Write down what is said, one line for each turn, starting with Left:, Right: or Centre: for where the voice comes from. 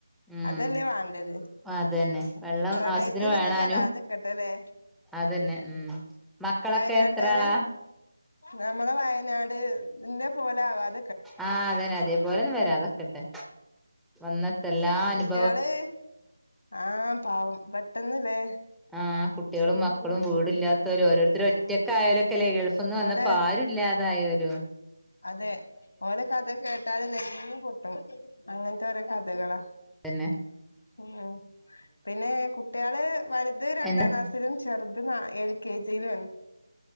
Centre: ഉം
Left: അതല്ലേ വേണ്ടത്
Centre: അതന്നെ വെള്ളം
Left: പ്രളയത്തിലൊന്നും
Centre: ആവശ്യത്തിന് വേണാനും
Left: പെടാതെക്കട്ടെല്ലേ
Centre: അതന്നെ ഉം മക്കളൊക്കെ
Left: വയനാട്ടേരെ
Centre: എത്ര ആളാ
Left: നമ്മളെ വയനാട് ന്റെ പോലാവാതെ
Centre: ആഹ് അതന്നെ അതേപോലൊന്നും വരാത്ക്കട്ടെ വന്ന്ട്ടെല്ലാനുഭ
Left: കുട്ടയാള് ആഹ് പാവം പെട്ടന്ന്ല്ലേ
Centre: ആ കുട്ടികളും മക്കളും വീടില്ലാ ത്തൊരോരുത്തരൊറ്റക്കായാലൊക്കെലേ
Left: ഓ ഉം
Centre: ഗൾഫ്ന്ന് വന്നപ്പാരുല്ലാതായോര്
Left: ഓലെ അതെ ഓലെ കഥ കേട്ടാല് നെങ്ങ്പൊട്ടും അങ്ങനത്തോരോ കഥകളാ
Centre: പിന്നെ
Left: ഉം പിന്നെ കുട്ടികള് വലുത് രണ്ടാംക്ലാസ്സിലും
Centre: എന്താ
Left: ചെറുത് ത് നാ എൽ കെ ജിയിലുഎൻ